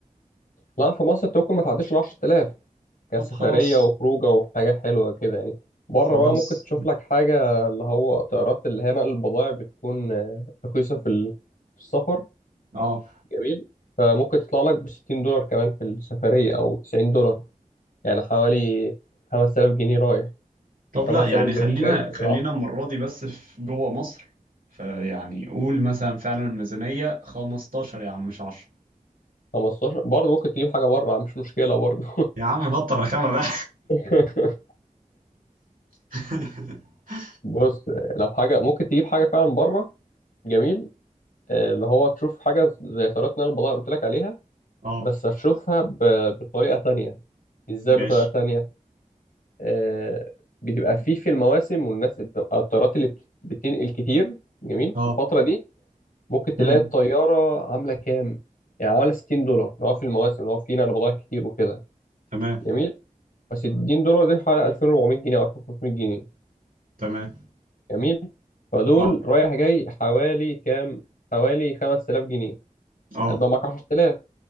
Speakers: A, on the left; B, on the right.
A: لا في مصر انت ممكن ما تعديش العشرة آلاف كسفرية
B: طب خلاص
A: وخروجة وحاجة حلوة كده يعني بره
B: خلاص
A: بقى ممكن تشوف لك حاجة اللي هو طيارات اللي هي نقل البضائع بتكون آه، رخيصة في ال- في السفر
B: اه
A: جميل فممكن تطلع لك ب 60 دولار كمان في السفرية أو 90 دولار يعني حوالي 5000 جنيه رايح
B: طب
A: 5000
B: لا يعني
A: زيهم
B: خلينا
A: جاي فكده
B: خلينا
A: 10
B: المرة دي بس في جوه مصر فيعني قول مثلا فعلا الميزانية 15 يا عم مش 10
A: 15 برضه ممكن تجيب حاجة بره مش مشكلة برضه
B: يا عم بطل رخامة بقى
A: <laughs>
B: <laughs>
A: بص لو حاجة ممكن تجيب حاجة فعلا بره جميل آه، اللي هو تشوف حاجة زي طريقة نقل البضائع اللي قلت لك عليها
B: اه
A: بس هتشوفها ب- بطريقة تانية ازاي
B: ماشي
A: بطريقة تانية آه، بتبقى فيه في المواسم والناس بتبقى الطيارات اللي بت- بتنقل كتير جميل
B: اه
A: في الفترة دي ممكن تلاقي
B: امم
A: الطيارة عاملة كام يعني عاملة 60 دولار لو في المواسم لو في نقل بضائع كتير وكده
B: تمام
A: جميل بس 60 دولار دي حوالي 2400 جنيه أو 2500 جنيه
B: تمام
A: جميل فدول
B: اه
A: رايح جاي حوالي كام حوالي 5000 جنيه
B: اه
A: هتبقى معاك 10000